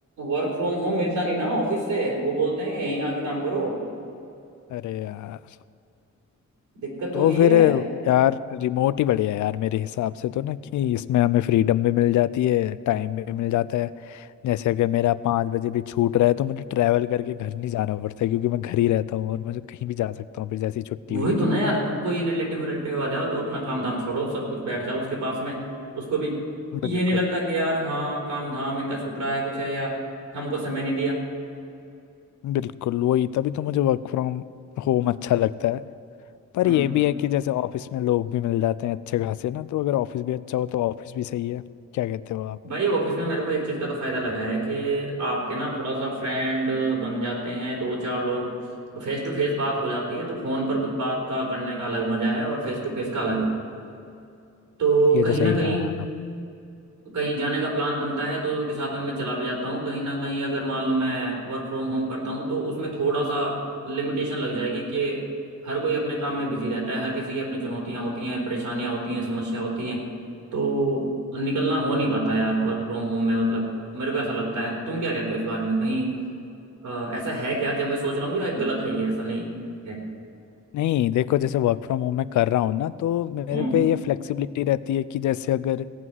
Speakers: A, on the right; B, on the left.
A: वर्क फ्रॉम होम मिलता नहीं ना ऑफिस से वो बोलते हैं यहीं आके काम करो
B: अरे यार
A: दिक्कत तो
B: तो
A: वही
B: फिर
A: है
B: यार रिमोट ही बढ़िया है यार मेरे हिसाब से तो ना कि इसमें हमें फ्रीडम भी मिल जाती है टाइम भी मिल जाता है जैसे अगर मेरा पाँच बजे भी छूट रहा है तो मुझे ट्रैवल करके घर नहीं जाना पड़ता है क्योंकि मैं घर ही रहता हूँ और मुझे कहीं भी जा सकता हूँ फिर जैसी छुट्टी
A: वही
B: हुई
A: तो
B: तो
A: ना यार अब कोई रिलेटिव रिलेटिव आ जाओ तो अपना काम धाम छोड़ो सब कुछ बैठ जाओ उसके पास में उसको भी ये
B: बिल्कुल
A: नहीं लगता कि यार हाँ काम धाम इनका छूट रहा है कुछ है या हमको समय नहीं दिया
B: बिल्कुल वही तभी तो मुझे वर्क फ्रॉम होम अच्छा लगता है पर
A: हम्म
B: ये भी है कि जैसे ऑफिस में लोग भी मिल जाते हैं अच्छे खासे ना तो अगर ऑफिस भी अच्छा हो तो ऑफिस भी सही है क्या कहते हो आप
A: भाई ऑफिस में मेरे को एक चीज़ का तो फायदा लगा है कि आपके ना थोड़ा सा फ्रेंड बन जाते हैं दो चार लोग फेस टू फेस बात हो जाती है तो फोन पर कुछ बात का करने का अलग मजा है और फेस टू फेस का अलग है तो
B: ये
A: कहीं
B: तो सही
A: ना कहीं
B: कहा यार
A: कहीं जाने का प्लान बनता है तो उनके साथ में मैं चला भी जाता हूँ कहीं ना कहीं अगर मान लो मैं वर्क फ्रॉम होम करता हूँ तो उसमें थोड़ा सा लिमिटेशन लग जाएगी कि हर कोई अपने काम में बिजी रहता है हर किसी की अपनी चुनौतियाँ होती हैं परेशानियाँ होती हैं समस्या होती हैं तो निकलना हो नहीं पाता यार वर्क फ्रॉम होम में मतलब मेरे को ऐसा लगता है तुम क्या कहते हो इस बारे में कहीं अ, ऐसा है क्या जब मैं सोच रहा हूँ या गलत है ये ऐसा नहीं है
B: नहीं देखो जैसे वर्क फ्रॉम होम मैं कर रहा हूँ ना तो मेरे
A: हम्म
B: पे ये फ्लेक्सिबिलिटी रहती है कि जैसे अगर